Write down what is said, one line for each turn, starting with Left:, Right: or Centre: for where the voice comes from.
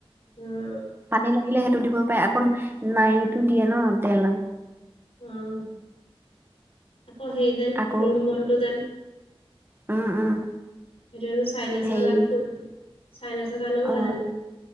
Left: উম,
Right: পানী লাগিলে সেইটো দিব পাৰে আকৌ নাইটো দিয়ে ন তেল,
Left: উম আকৌ সেই, যেন
Right: আকৌ
Left: দ্ৰোণ বনটো যেন
Right: উম উম,
Left: সেইটোনো চাইনাচৰ
Right: হেৰি
Left: ফুল চাইনাচৰ কানেও
Right: অ
Left: ভাল হেনো।